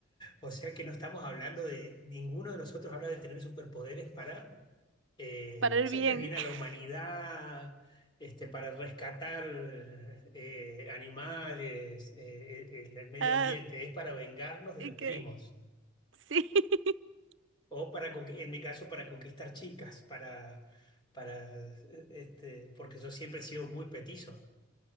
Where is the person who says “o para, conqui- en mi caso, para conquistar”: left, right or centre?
Left